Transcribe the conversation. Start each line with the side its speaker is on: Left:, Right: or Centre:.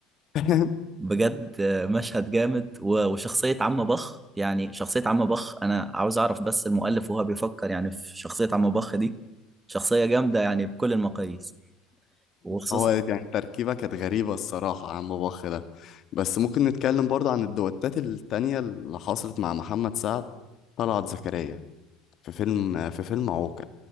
Left: <laughs>
Right: بجد آه، مشهد جامد و- وشخصية عم بخ يعني شخصية عم بخ انا عاوز اعرف بس المؤلف وهو بيفكر يعني في شخصية عم بخ دي شخصية جامدة يعني بكل المقاييس وخصوصا
Left: هو يعني تركيبة كانت غريبة الصراحة عن باباخ ده بس ممكن نتكلم برضه عن الدوتات التانية اللي حصلت مع محمد سعد طلعت زكريا في فيلم في فيلم عوكل